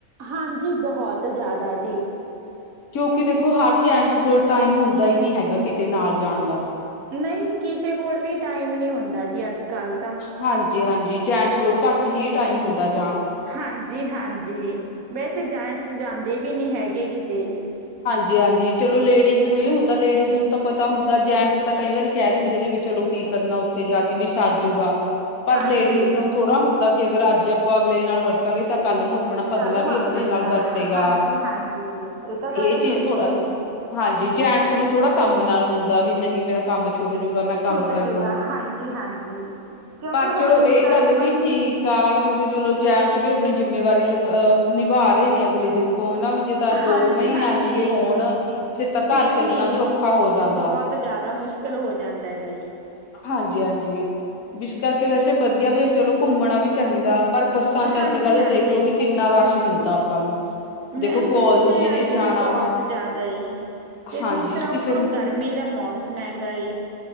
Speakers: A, on the right; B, on the left.
A: ਹਾਂਜੀ ਬਹੁਤ ਜ਼ਿਆਦਾ ਜੀ।
B: ਕਿਉਂਕਿ ਦੇਖੋ ਹਰ ਜ ਐਂ ਸਕੂਲ ਟਾਈਮ ਹੁੰਦਾ ਹੀ ਨਹੀ ਹੈਗਾ ਕਿਤੇ ਨਾਲ ਜਾਣ ਦਾ।
A: ਨਹੀਂ ਕਿਸੇ ਕੋਲ ਵੀ ਟਾਈਮ ਨਹੀਂ ਹੁੰਦਾ ਜੀ ਅੱਜ ਕੱਲ
B: ਹਾਂਜੀ-ਹਾਂਜੀ। ਜੀ ਜੈਂਟਸ ਕੋਲ ਘੱਟ ਹੀ ਟਾਈਮ ਹੁੰਦਾ ਜੀ।
A: ਹਾਂਜੀ-ਹਾਂਜੀ ਵੈਸੇ ਜੈਟਸ ਜਾਂਦੇ ਵੀ ਨਹੀ ਹੈਗੇ ਕਿਤੇ ਵੀ।
B: ਜੀ ਹਾਂਜੀ ਚਲੋ ਲੇਡੀਜ਼ ਨੂੰ ਇਹ ਹੁੰਦਾ ਲੇਡੀਜਸ ਨੂੰ ਤਾਂ ਪਤਾ ਹੁੰਦਾ ਜੈਂਟਸ ਤਾਂ ਕਈ ਵਾਰੀ ਕਹਿ ਦਿੰਦੇ ਨੇ ਵੀ ਚਲੋ ਕੀ ਕਰਨਾ ਉੱਥੇ ਜਾ ਕੇ ਵੀ। ਸਰ ਜੁ ਗਾ।
A: ਹਾਂਜੀ-ਹਾਂਜੀ
B: ਪਰ ਲੇਡੀਜ਼ ਨੂੰ ਥੋੜਾ ਹੁਣ ਕਿ ਅਗਰ ਅੱਜ ਆਪਾਂ ਅਗਲੇ ਨਾਲ ਵਰਤਾਂਗੇ ਤਾਂ ਕੱਲ ਨੂੰ ਆਪਣਾ
A: ਕੱਲ
B: ਅਗਲਾ
A: ਨੂੰ
B: ਵੀ ਆਪਣੇ ਨਾਲ ਵਰਤੇਗਾ
A: ਹਾਂਜੀ-ਹਾਂਜੀ ਤਾਂ ਗੱਲ
B: ਇਹ ਚੀਜ਼
A: ਸਹੀ
B: ਥੋੜਾ
A: ਹੈ ਜੀ।
B: ਹਾਂਜੀ ਜੈਂਟਸ ਨੂੰ ਥੋੜਾ ਕੰਮ ਨਾਲ ਹੁੰਦਾ ਵੀ ਨਹੀਂ ਮੇਰਾ ਕੰਮ ਛੁੱਟ ਜੂਗਾ ਮੈਂ
A: ਛੁੱਟ
B: ਕੰਮ ਕਰਨਾ
A: ਜੂਗਾ ਹਾਂਜੀ-ਹਾਂਜੀ ਕਿਉਂਕਿ
B: ਪਰ
A: ਹੁਣ
B: ਚਲੋ
A: ਇਸ
B: ਇਹ
A: ਟਾਈਮ
B: ਗੱਲ ਵੀ ਠੀਕ ਕਿਉਂਕਿ ਚਲੋ ਜੈਂਟਸ ਵੀ ਆਪਣੀ ਜਿੰਮੇਵਾਰੀ ਲੰਗ ਨਿਭਾ ਰਹੇ ਨੇ ਅਗਲੇ ਦੇਖੋ ਦੇਖੋ ਹਨਾ ਵੀ ਜੇ ਤਾਂ ਦੋਵੇਂ
A: ਹਾਂਜੀ-ਹਾਂਜੀ
B: ਐਵੇਂ ਦੇ ਹੋਣ ਫੇਿਰ ਤਾਂ
A: ਫੇਰ
B: ਘਰ ਚੱਲਣਾ
A: ਨੀ
B: ਵੀ ਔਖਾ ਹੋ ਜਾਂਦਾ
A: ਬਹੁਤ ਜ਼ਿਆਦਾ ਮੁਸ਼ਕਿਲ ਹੋ ਜਾਂਦਾ ਹੈਗਾ ਜੀ।
B: ਹਾਂਜੀ-ਹਾਂਜੀ ਜਿਸ ਕਰਕੇ ਵੈਸੇ ਵਧੀਆ ਵੀ ਚਲੋ ਘੁੰਮਣਾ ਵੀ ਚਾਹੀਦਾ ਪਰ ਬੱਸਾਂ ਚ
A: ਹਾਂਜੀ-ਹਾਂਜੀ
B: ਅੱਜ ਕੱਲ ਦੇਖਲੋ ਵੀ ਕਿੰਨਾ ਰਸ਼ ਮਿਲਦਾ ਆਪਾਂ ਨੂੰ ਦੇਖੋ
A: ਮੈਮ
B: ਕੋਲਜ
A: ਤੇ
B: ਜਿਹਨੇ
A: ਰਸ਼
B: ਜਾਣਾ
A: ਵੀ ਬਹੁਤ ਜ਼ਿਆਦਾ ਏ ਤੇ
B: ਹਾਂਜੀ
A: ਦੂਸਰਾ ਉੱਪਰੋਂ
B: ਕਿਸੇ ਨੇ
A: ਗਰਮੀ ਦਾ ਮੌਸਮ ਮਹਿੰਗਾ ਏ